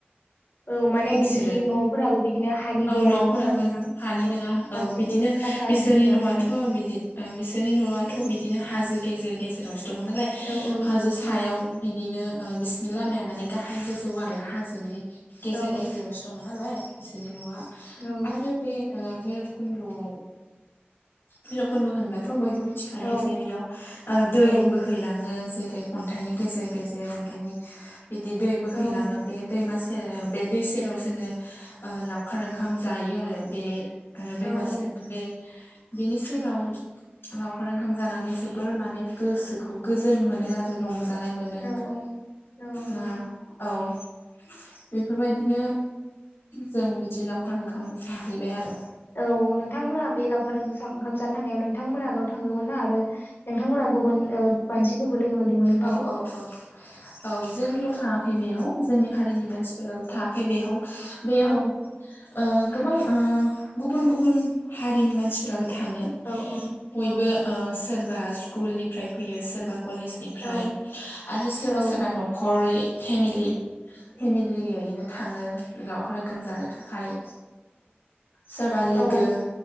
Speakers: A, on the left; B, on the left.
A: औ माने
B: बिसोरो
A: बिसोरनि न'फोराबो बिदिनो हानि
B: औ
A: गैया
B: न'फोराबो
A: नङा होमबा नोंथां?
B: हानि नङा
A: गासैबो
B: औ बिदिनो
A: पाकानि
B: बिसोरनि
A: गोजा
B: न'आथ'
A: औ
B: बिदि ओ बिसोरनि न'आथ' बिदि दिनो हाजो गेजेर गेजेरावसो दङ नालाय
A: औ औ
B: हाजो सायाव
A: औ
B: बिदिनो बिसोरनि लामाया माने गाहाय गोजौ आरो हाजोनि गेजेर
A: औ
B: गेजेरावसो दङ नालाय इसोरनि नङा
A: औ
B: आरो बे ओ भैरब खुन्द'आव भैरबकुन्द' होनबथाय' बयबो मिथिखायो
A: औ
B: जे बेयाव ओ दै
A: औ
B: बोहैलाङो जेरै अन्थाइनि गेजेर गेजेर अन्थाइनि बिदि दै बोहैलाङो
A: औ
B: बे दै मासे सेर ओ बे दै सेराव जोङो ओ लावखार ओंखाम जायो आरो बे ओ दैमासे
A: औ औ
B: बे बिनि सेराव लावखार ओंखाम जानानै जोबोर माने गोसोखौ गोजोन मोनो आरो जानाय मोनो
A: औ औ नंगौ
B: ओ औ बेफोरबायदिनो जों बिदि लावखार ओंखाम जाहैबाय आरो
A: औ नोंथांमोना बे लावखार ओंसाम ओंखाम जानो थांनायाव नोंथांमोनाल' थांदोंमोन ना आरो नोंथांमोना गुबुन ओ मानसिफोरबो लोगो मोनदोंमोन नोंथां
B: औ औ औ औ जोंल' थाङाखै बेयाव जोंनि हारिनि मानसिफोर थाङाखै बेयाव बेयाव
A: औ
B: ओ गोबां ओ गुबुन गुबुन हारिनि मानसिफोराबो थाङो
A: औ
B: बयबो
A: औ
B: ओ सोरबा स्कुलनिफ्राय फैयो सोरबा कलेजनि फ्राय
A: औ
B: आरो सोरबा
A: औ
B: सोरबा न'खरै फेमिलि फेमिलियैनो थाङो लावखार ओंखाम जानो थाखाय सोरबा लोगो
A: औ